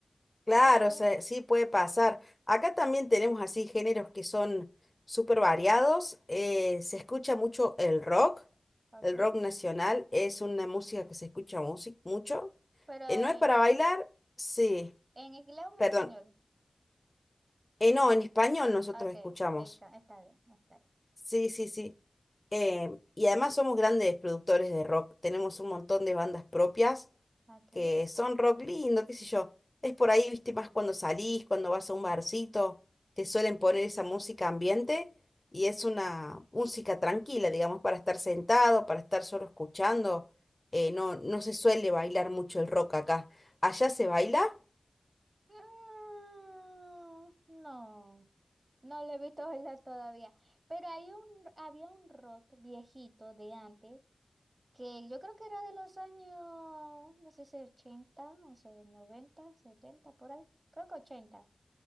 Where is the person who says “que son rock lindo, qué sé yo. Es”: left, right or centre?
Left